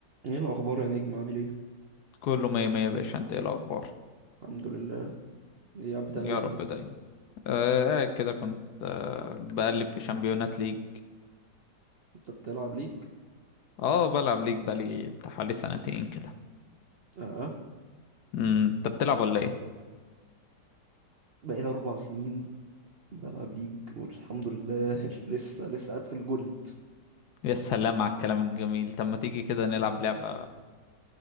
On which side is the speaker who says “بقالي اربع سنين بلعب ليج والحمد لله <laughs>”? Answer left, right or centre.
Right